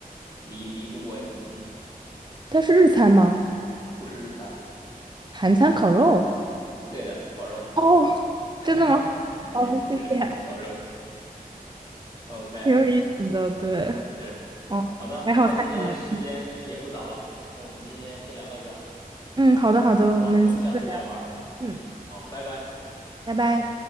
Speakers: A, on the left; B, on the right.
A: 离离中国又很近，
B: 它是日餐吗？
A: 不是日餐。
B: 韩餐烤肉？
A: 嗯对的，烤肉，
B: 哦，
A: <laughs>
B: 真的吗？哦，
A: 是的，
B: 谢谢，
A: 烤肉。OK，
B: 挺有意思的，对，
A: 是
B: 哦，
A: 好的。
B: 还好猜出来了。
A: 那今天时间也不早了，那我们今天先聊到这儿。
B: 嗯，好的，好的，
A: 好，
B: 我们下次再聊。
A: 那我们下次再玩嗯，
B: 嗯，
A: 好，拜拜。
B: 拜拜。